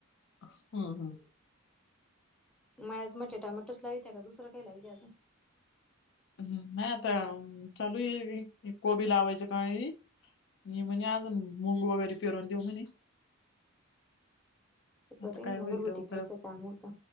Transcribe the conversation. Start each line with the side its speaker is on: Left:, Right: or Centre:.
Left: हम्म, ह.
Centre: मळ्यात म्हटलं, टॉमॅटोच लावित्या का, दुसरं काही लावीत्या अजून.
Left: हम्म. नाही आता चालूये कोबी लावायचे का मी म्हणे अजून, मुंग वगैरे पेरवून देऊ म्हणे.
Centre: बरंय
Left: आता काय
Centre: न
Left: होईल
Centre: मग, घरगुती
Left: तेव्हा
Centre: खायचं
Left: खरं
Centre: काम होत.